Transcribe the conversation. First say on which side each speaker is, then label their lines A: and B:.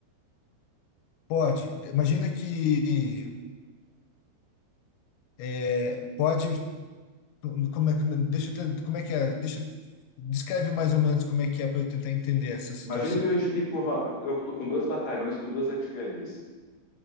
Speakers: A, on the left (about 80°); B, on the left (about 55°).
A: Pode. Imagina que é, pode. Como é, como é- deixa eu ten- como é que é? Deixa, eu- descreve mais ou menos como é que é para eu tentar entender essa situação.
B: Imagina que a gente tem que encurra- eu tô com dois batalhões com duas artilharias.